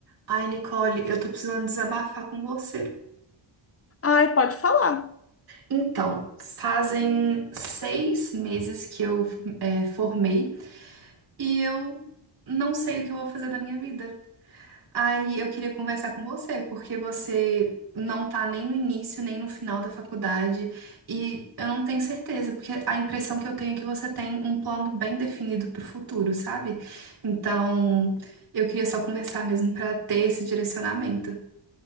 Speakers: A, on the right; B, on the left.
A: Ai, Nicole, eu tô precisando desabafar com você.
B: Ai, pode falar.
A: Então, fazem seis meses que eu é, formei e eu não sei o que eu vou fazer da minha vida. Aí eu queria conversar com você, porque você não tá nem no início, nem no final da faculdade e eu não tenho certeza, porque a impressão que eu tenho é que você tem um plano bem definido pro futuro, sabe? Então, eu queria só conversar mesmo pra ter esse direcionamento.